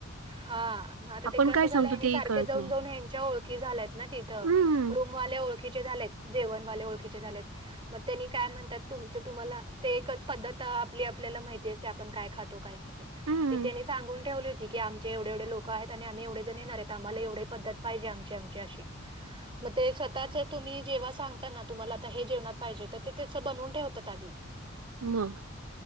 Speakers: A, on the right (about 25°); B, on the right (about 85°).
A: हा मग आता
B: आपण
A: ते कसं
B: काय
A: झालं
B: सांगतो
A: ह
B: तेही
A: सारखे
B: कळत
A: जाऊन
B: नाही
A: जाऊन यांच्या ओळख ी झालेत ना तिथं
B: हम्म
A: रूमवाले ओळखीचे झालेत जेवणवाले ओळखीचे झालेत. मग त्यांनी काय म्हणतात तुमच तुम्हाला ते एकच पद्धत आपली आपल्याला माहिती अस आपण काय खातो का नाही
B: हम्म
A: त्यांनी सांगून ठेवली कठी की आमचे एवढे एवढे लोक आहेत आणि आम्ही एवढे ज येणार आहेत आम्हाला एवढे पद्धत पाहिजे आमची आमची अशी. मग ते स्वतःच तुम् जेव सांगता ना तुम्हाला आता हे जेवणात पाहिजे तर ते त्याचं बनवून ठेवतात आधी
B: मग.